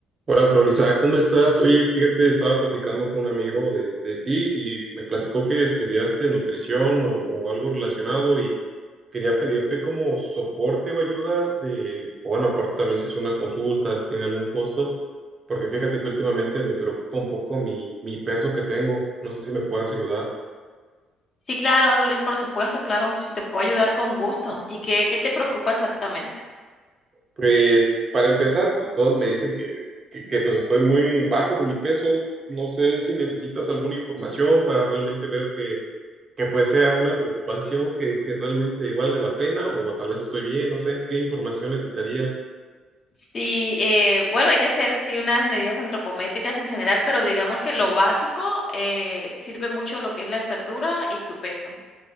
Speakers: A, on the right; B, on the left.
A: Hola Florisa, ¿cómo estás? Oye, fíjate, estaba platicando con un amigo de, de ti y me platicó que estudiaste nutrición o, o algo relacionado y quería pedirte como soporte o ayuda de, bueno, aparte también si es una consulta, si tiene algún costo, porque fíjate que últimamente me preocupa un poco mi, mi peso que tengo, no sé si me puedas ayudar.
B: Sí, claro, Luis, por supuesto, claro. Si te puedo ayudar con gusto. ¿Y qué, qué te preocupa exactamente?
A: Pues para empezar, pues todos me dicen que, que, que, pues estoy muy bajo de mi peso, no sé si necesitas alguna información para realmente ver que que pues sea una preocupación que, que realmente valga la pena o tal vez estoy bien, no sé, ¿qué información necesitarías?
B: Sí, eh, bueno, hay que hacer sí unas medidas antropométricas en general, pero digamos que lo básico eh, sirve mucho lo que es la estatura y tu peso.